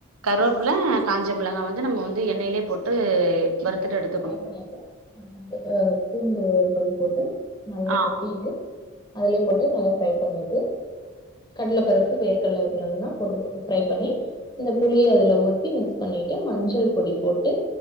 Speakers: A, on the right; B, on the left.
A: கருவேப்பல காஞ்ச மிளகா வந்து நம்ம வந்து எண்ணெயிலயே போட்டு வறுத்துட்டு எடு
B: ஃப்ரை பண்ணிட்டு ஒரு பல்லு பூண்டு ஒரு பல் போட்டு நல்லா
A: ஆ
B: தட்டிட்டு அதுலயே போட்டு நல்லா ஃப்ரை பண்ணிட்டு கடல பருப்பு வேர்கடல இதுல எல்லா போட்டு ஃப்ரை பண்ணி இந்த புளிய அதுல ஊத்தி மிக்ஸ் பண்ணிட்டு மஞ்சள் பொடி போட்டு